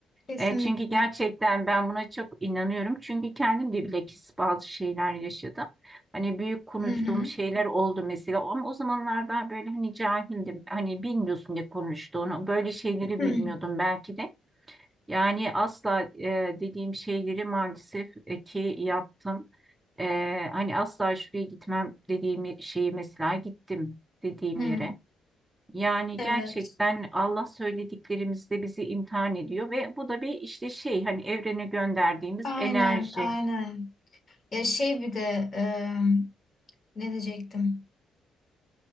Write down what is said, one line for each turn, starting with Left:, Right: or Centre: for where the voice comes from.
Left: Kesinlikle.
Right: E, çünkü gerçekten ben buna çok inanıyorum. Çünkü kendim de bilakis bazı şeyler yaşadım. Hani büyük konuştuğum
Left: Hı hı.
Right: şeyler oldu mesela. Ama o zamanlar daha böyle hani cahildim. Hani bilmiyorsun ne konuştuğunu. Böyle şeyleri
Left: Hı.
Right: bilmiyordum belki de. Yani asla e, dediğim şeyleri maalesef e, ki yaptım. E, hani asla şuraya gitmem dediğim şeyi mesela gittim dediğim
Left: Hı.
Right: yere. Yani
Left: Evet.
Right: gerçekten Allah söylediklerimizde bizi imtihan ediyor ve bu da bir işte şey hani evrene gönderdiğimiz
Left: Aynen.
Right: enerji.
Left: Aynen. Ya şey bir de em, ne diyecektim?